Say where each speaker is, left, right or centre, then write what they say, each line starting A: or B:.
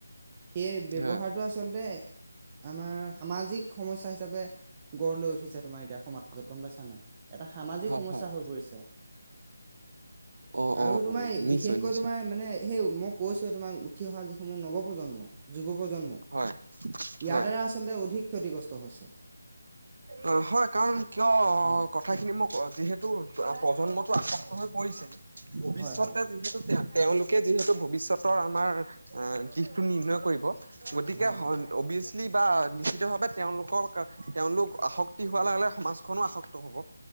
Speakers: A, on the right; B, on the right.
A: সেই ব্যৱহাৰটো
B: হয়
A: আচলতে আমাৰ সামাজিক সমস্যা হিচাপে গঢ় লৈ উঠিছে তোমাৰ এতিয়া সমাজত গম পাইছা নাই। এটা সামাজিক
B: হয়
A: সমস্যা
B: হয়
A: হৈ পৰিছে।
B: অঁ
A: আৰু
B: অঁ
A: তোমাৰ
B: অঁ নিশ্চয়
A: বিশেষকৈ
B: নিশ্চয়
A: তোমাৰ মানে সেই মই কৈছো তোমাক উঠি অহা যি সমূহ নৱপ্ৰন্ম প্ৰজন্ম
B: হয়
A: ইয়াৰ
B: হয়
A: দ্বাৰা আচলতে অধিক ক্ষতিগ্ৰস্ত হৈছে।
B: অ' হয় কাৰণ কিয়
A: অ',
B: কথাখিনি মোক যিহেতু প্ৰজন্মতটো আসক্ত হৈ পৰিছে। ভৱিষ্যতে
A: হয়, হয়,
B: যিহেতু তে তেওঁলোকে যিহেতু ভৱিষ্যতৰ আমাৰ দিশটো নিৰ্ণয় কৰিব। গতিকে,
A: হয়,
B: হন
A: হয়,
B: অবি বা নিশ্চিতভাৱে তেওঁলোকৰ, -তেওঁলোক আসক্তি হোৱাৰ লগ-লগে সমাজখনো আসক্ত হ'ব।